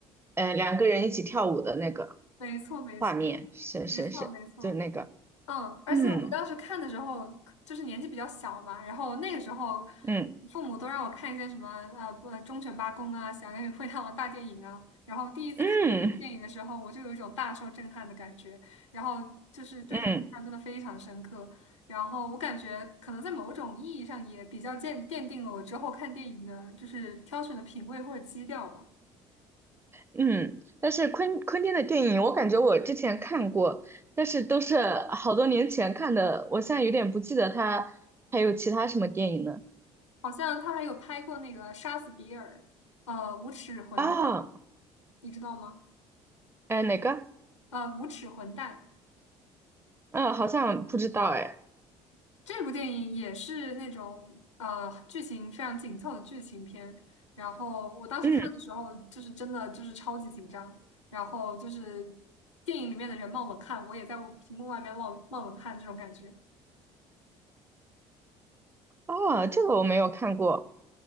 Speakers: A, on the right; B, on the left.
A: 呃，两个人一起跳舞的那个
B: 没错，没错，
A: 画面，是是是，
B: 没错，没错。
A: 就是那个，
B: 嗯，而且我当时看的时候，
A: 嗯
B: 就是年纪比较小嘛，然后那个时候，
A: 嗯
B: 父母都让我看一些什么呃不忠犬八公啊、响亮与灰太狼大电影啊，然后第一次看这部电影的时候，
A: 嗯
B: 我就有一种大受震撼的感觉，然后就是对他印象真的非常深刻，
A: 嗯
B: 然后我感觉可能在某种意义上也比较鉴奠定了我之后看电影的就是挑选的品味或者基调吧。
A: 嗯。但是昆昆汀的电影，我感觉我之前看过，但是都是好多年前看的，我现在有点不记得他还有其他什么电影呢。
B: 好像他还有拍过那个《杀死比尔》，呃，《无耻混蛋》，
A: 啊，
B: 你知道吗？
A: 哎，哪个？
B: 呃，《无耻混蛋》。
A: 嗯，好像不知道哎。
B: 这部电影也是那种呃剧情非常紧凑的剧情片，然后我当时看的时候就是真的就是超级紧张，
A: 嗯
B: 然后就是电影里面的人冒冷汗，我也在我屏幕外面冒冒冷汗这种感觉。
A: 哦，这个我没有看过，